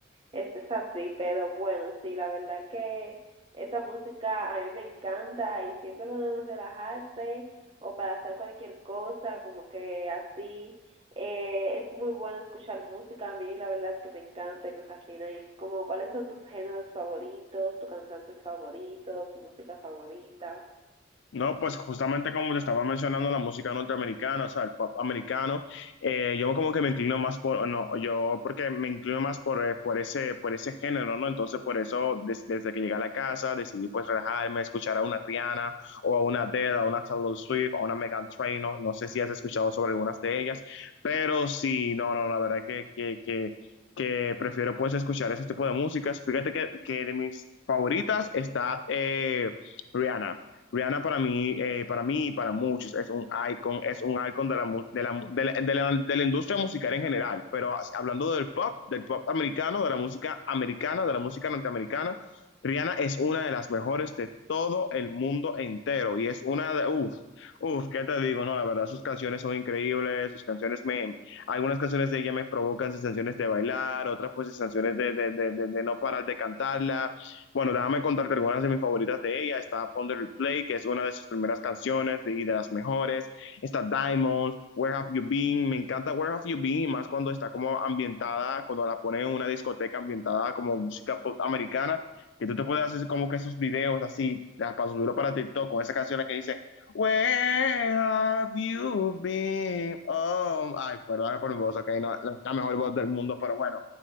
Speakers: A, on the right (about 25°); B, on the left (about 60°).
A: eso es así, pero bueno, sí, la verdad que esa música a mí me encanta y siempre cuando uno relajarse o para hacer cualquier cosa, como que así, eh, es muy bueno escuchar música, a mí la verdad que me encanta y me fascina. ¿Y como cuáles son tus géneros favoritos, tus cantantes favoritos, música favorita?
B: No, pues justamente como te estaba mencionando, la música norteamericana, o sea, el pop americano, eh, yo como que me inclino más por, no, yo porque me inclino más por, eh, por ese, por ese género, ¿no? Entonces, por eso, des- desde que llegué a la casa, decidí pues relajarme, escuchar a una Rihanna, o a una Adele, a una Taylor Swift, a una Megan Trainor, no No sé si has escuchado sobre algunas de ellas, pero sí, no, no, la verdad que, que, que, que prefiero pues escuchar ese tipo de músicas. Fíjate que, que de mis favoritas está eh, Rihanna. Rihanna para mí, eh, para mí y para muchos es un icon, es un icon de la, mu- de la, de la, de la- de la industria musical en general, pero hablando del pop, del pop americano, de la música americana, de la música norteamericana, Rihanna es una de las mejores de todo el mundo entero y es una de, uff, uff, ¿qué te digo? No, la verdad, sus canciones son increíbles, sus canciones me, algunas canciones de ella me provocan sensaciones de bailar, otras pues sensaciones de, de, de, de, de no parar de cantarla. Bueno, déjame contarte algunas de mis favoritas de ella. Está Ponder Replay, que es una de sus primeras canciones de- y de las mejores. Está Diamonds, Where Have You Been. Me encanta Where Have You Been, y más cuando está como ambientada, cuando la ponen en una discoteca ambientada como música pop americana, que tú te puedes hacer como que esos videos así, ya, para subirlo para TikTok, con esa canción que dice, Where Have You Been. Um, ay, perdón por mi voz, ok, no, la la mejor voz del mundo, pero bueno.